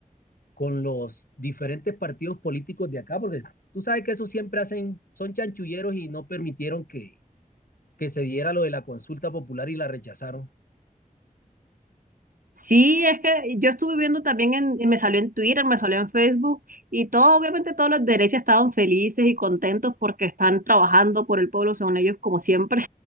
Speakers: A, on the left; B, on the right.
A: con los diferentes partidos políticos de acá, porque tú sabes que eso siempre hacen, son chanchulleros y no permitieron que, que se diera lo de la consulta popular y la rechazaron.
B: Sí, es que yo estuve viendo también, en, y me salió en Twitter, me salió en Facebook y todo, obviamente todos los derechas estaban felices y contentos porque están trabajando por el pueblo, según ellos, como siempre,